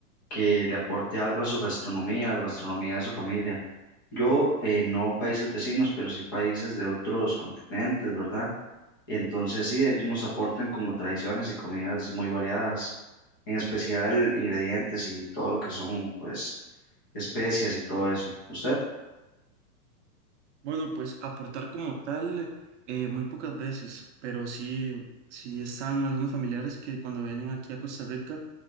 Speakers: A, on the left (about 15°); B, on the right (about 50°).
A: que le aporte algo a su gastronomía, a la gastronomía de su familia. Yo, eh, no países vecinos, pero sí países de otros continentes, ¿verdad? Entonces sí, ellos nos aportan como tradiciones y comidas muy variadas, en especial ingredientes y todo lo que son pues especias y todo eso. ¿Usted?
B: Bueno, pues aportar como tal eh, muy pocas veces, pero sí, sí están algunos familiares que cuando vienen aquí a Costa Rica